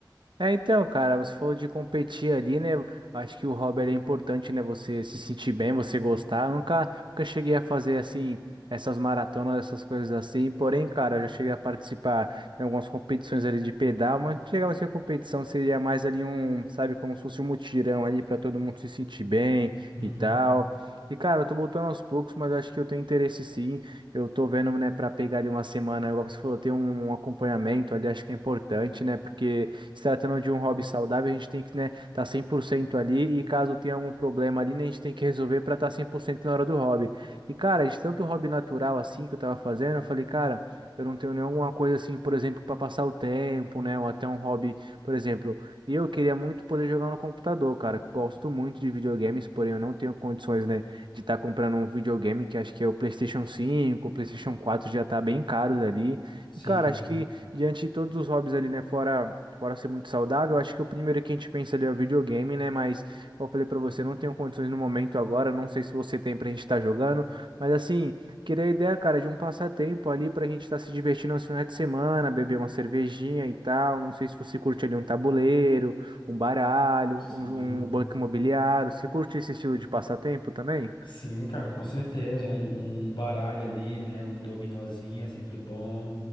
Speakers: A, on the right (about 80°); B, on the left (about 85°).
A: É, então, cara, você falou de competir ali, né? Acho que o hobby ele é importante, né? Você se sentir bem, você gostar. Eu nunca, nunca cheguei a fazer assim essas maratonas, essas coisas assim. Porém, cara, eu já cheguei a participar em algumas competições ali de pedal, mas não chegava a ser competição, seria mais ali um, sabe, como se fosse um mutirão ali para todo mundo se sentir bem
B: Uhum.
A: e tal. E, cara, eu tô voltando aos poucos, mas eu acho que eu tenho interesse sim. Eu tô vendo, né, pra pegar ali uma semana, igual você falou, ter um um acompanhamento ali, acho que é importante, né? Porque se tratando de um hobby saudável, a gente tem que, né, tá 100% ali e caso tenha algum problema ali, né, a gente tem que resolver para estar 100% na hora do hobby. E, cara, de tanto hobby natural assim que eu tava fazendo, eu falei, cara, eu não tenho nenhuma coisa assim, por exemplo, para passar o tempo, né, ou até um hobby, por exemplo, e eu queria muito poder jogar no computador, cara. Gosto muito de videogames, porém eu não tenho condições, né, de estar comprando um videogame que acho que é o PlayStation 5 o PlayStation 4 já tá bem caros ali.
B: Sim.
A: E, cara, acho que diante de todos os hobbies ali, né, fora. Fora ser muito saudável, acho que o primeiro que a gente pensa ali é o videogame, né? Mas, como eu falei pra você, não tenho condições no momento agora, não sei se você tem pra gente estar jogando, mas assim, queria a ideia, cara, de um passatempo ali pra gente estar se divertindo aos finais de semana, beber uma cervejinha e tal. Não sei se você curte ali um tabuleiro, um baralho,
B: Sim.
A: um, jo- um banco imobiliário. Você curte esse estilo de passatempo também?
B: Sim, cara, com certeza. Um, um baralho ali, né? Um dominozinho é sempre bom.